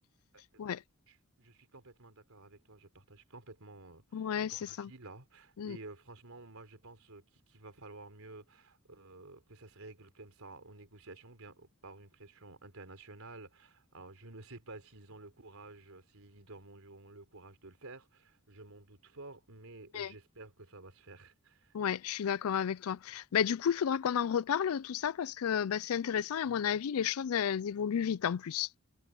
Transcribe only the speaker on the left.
Ouais,
ouais, c'est
ça.
Mm.
Mais,
ouais, je suis d'accord avec toi. Bah, du coup, il faudra qu'on en reparle, tout ça, parce que bah, c'est intéressant et à mon avis, les choses, elles évoluent vite en plus.